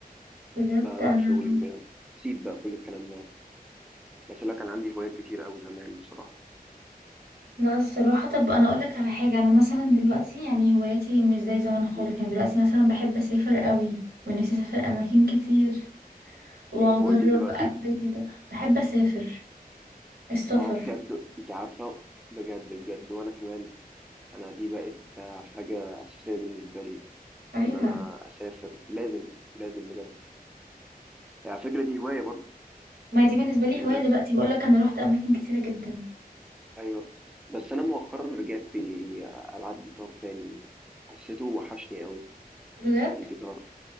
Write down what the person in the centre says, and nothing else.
بروح
شغلي وكده سيب بقى كل الكلام ده بس لا كان عندي هوايات كتير قوي زمان بصراحة
مم.
دي هوايتك دلوقتي
اه بجد انت عارفة بجد بجد وانا كمان انا دي بقت حاجة اساسية بالنسبة لي
ان انا اسافر لازم لازم بجد على فكرة دي هواية برضو
الناس
ايوه بس انا مؤخرا رجعت العب جيتار تاني حسيته وحشني قوي
الجيتار